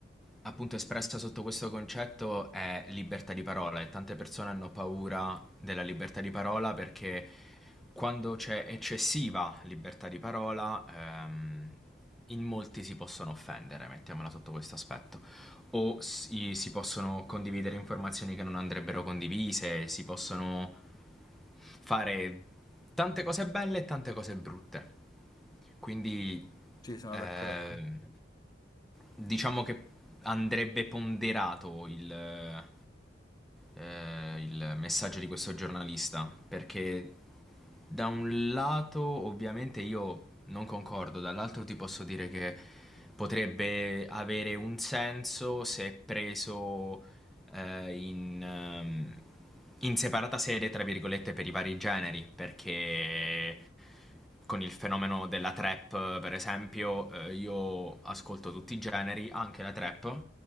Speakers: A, in the centre; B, on the left.
A: appunto espressa sotto questo concetto, è libertà di parola e tante persone hanno paura della libertà di parola perché quando c'è eccessiva libertà di parola, ehm, in molti si possono offendere, mettiamola sotto questo aspetto. O si, si possono condividere informazioni che non andrebbero condivise, si possono fare tante cose belle e tante cose brutte. Quindi
B: Sì, sono
A: eh,
B: d'accordo.
A: diciamo che andrebbe ponderato il, eh, il messaggio di questo giornalista, perché da un lato ovviamente io non concordo, dall'altro ti posso dire che potrebbe avere un senso se preso eh, in, ehm, in separata sede, tra virgolette, per i vari generi, perché con il fenomeno della trap, per esempio, eh, io ascolto tutti i generi, anche la trap,